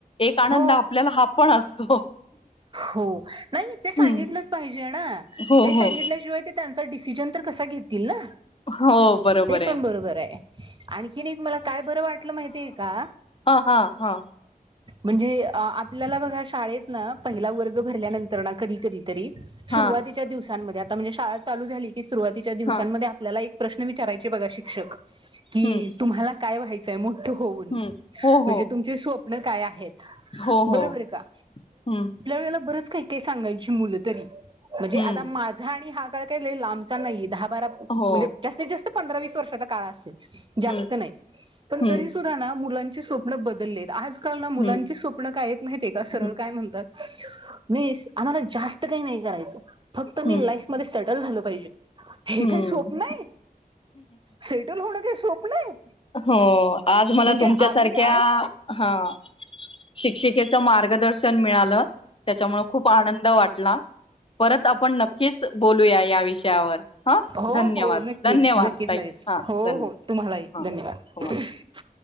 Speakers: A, on the left; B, on the right.
A: एक आनंद
B: हो
A: आपल्याला हा पण असतो
B: हो नाही ते सांगितलंच
A: हम्म
B: पाहिजे ना
A: हो
B: ते सांगितल्याशिवाय
A: हो
B: ते त्यांचा डिसिजन तर कसा घेतील ना
A: हो बरोबर
B: ते
A: आहे
B: पण बरोबर आहे आणखीन एक मला काय बरं वाटलं माहितीय का
A: हा हा हा
B: म्हणजे आपल्याला बघा शाळेत ना पहिला वर्ग भरल्यानंतर ना कधी कधी तरी
A: हां,
B: सुरुवातीच्या दिवसांमध्ये आता म्हणजे शाळा चालू झाली की सुरुवातीच्या दिवसांमध्ये
A: हां.
B: आपल्याला एक प्रश्न विचारायचे बघा शिक्षक की
A: हं,
B: तुम्हाला काय व्हायचंय म्हणजे
A: हं. हो, हो.
B: तुम स्वप्न काय आहेत
A: हो,
B: बरोबर
A: हो.
B: आहे का
A: हं,
B: वेळेला बरंच काय काय सांगायची मुले तरी म्हणजे
A: हं.
B: आता माझा आणि हा काळ काही काचा लांब नाही दहा बर म्हणजे
A: हो.
B: जास्तीत जास्त पंधरा वीस वर्षाचा काळा असेल जास्त
A: हं,
B: नाही पण
A: हं,
B: तरी सुधा ना मुलांचे स्वप्न बदललेत आज आज काल नां मुलांची
A: हं,
B: स्वप्न काय आहेत माहित का सरळ
A: हं,
B: काय म्हणतात म आम्हाला जात काही नाही करायचं फक्त मी
A: हं,
B: लाईफ मध्ये सेटल झालं पाहिजे हे
A: हं.
B: काही स्वप्न आहे सेटल होणं काही स्वप्न आहे
A: हो आज मला
B: म्हणजे
A: तुमच्या
B: आम्ही
A: सारख्या
B: आज
A: हा शिक्षिकेच मार्गदर्शन मिळालं त्याच्यामुळे खूप आनंद वाटला परत आपण आपण नक्कीच बोलूया या विषयावर हां,
B: हो
A: धन्यवाद.
B: हो नक्कीच
A: धन्यवाद
B: नक्कीच
A: ताई.
B: नाही
A: हां,
B: हो
A: धन्यवाद.
B: हो तुम्हालाही
A: हां.
B: धन्यवाद
A: हो.